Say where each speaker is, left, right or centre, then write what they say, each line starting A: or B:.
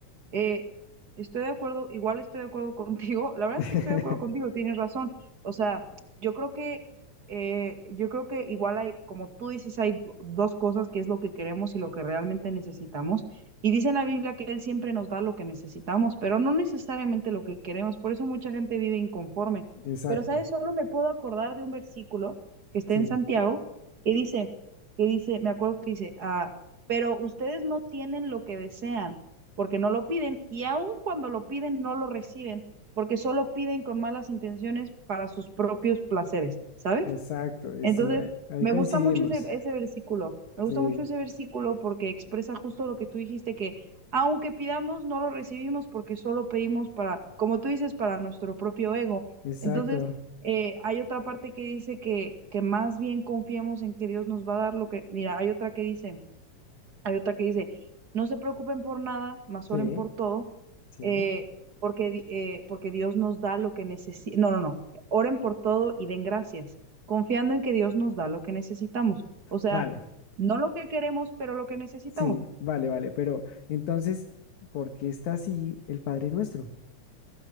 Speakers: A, on the right; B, on the left.
A: Eh, estoy de acuerdo, igual estoy de acuerdo <laughs> contigo. La verdad
B: <laughs>
A: es que estoy de acuerdo contigo, tienes razón. O sea, yo creo que, eh, yo creo que igual hay, como tú dices, hay do- dos cosas que es lo que queremos y lo que realmente necesitamos. Y dice en la Biblia que Él siempre nos da lo que necesitamos, pero no necesariamente lo que queremos. Por eso mucha gente vive inconforme.
B: Exacto,
A: Pero, ¿sabes? Solo me puedo acordar de un versículo que está
B: sí,
A: en Santiago que dice, que dice, me acuerdo que dice, ah, pero ustedes no tienen lo que desean porque no lo piden y aun cuando lo piden no lo reciben porque solo piden con malas intenciones para sus propios placeres, ¿sabes?
B: exacto, es
A: Entonces,
B: una- ahí
A: me
B: coincidimos,
A: gusta mucho ese, ese versículo, me
B: sí,
A: gusta mucho ese versículo porque expresa justo lo que tú dijiste, que aunque pidamos, no lo recibimos porque solo pedimos para, como tú dices, para nuestro propio ego.
B: exacto,
A: Entonces, eh, hay otra parte que dice que, que más bien confiamos en que Dios nos va a dar lo que, mira, hay otra que dice, hay otra que dice, no se preocupen por nada, más
B: sí,
A: oren por todo,
B: sí,
A: eh, porque, di- eh, porque Dios nos da lo que necesitamos. No, no, no, oren por todo y den gracias, confiando en que Dios nos da lo que necesitamos. O sea,
B: vale,
A: no lo que queremos, pero lo que necesitamos.
B: sí, vale, vale, pero entonces, ¿por qué está así el Padre Nuestro?